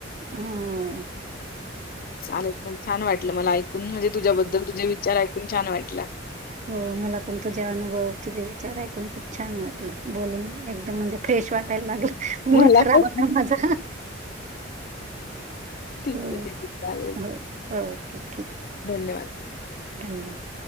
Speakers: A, on the right; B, on the left.
A: हूं.
B: चालेल पण छान वाटलं मला ऐकून म्हणजे तुझ्याबद्दल तुझे विचार ऐकून छान वाटलं.
A: हो मला पण तुझे अनुभव तुझे विचार ऐकून खूप छान वाटलं बोलून एकदम म्हणजे फ्रेश वाटायला लागलं. मूड
B: मला
A: खराब
B: पण
A: होता माझा
B: ठीक
A: हो
B: ए, ठीक ए, चालेल
A: हो ओके ठीक आहे
B: धन्यवाद.
A: धन्यवाद.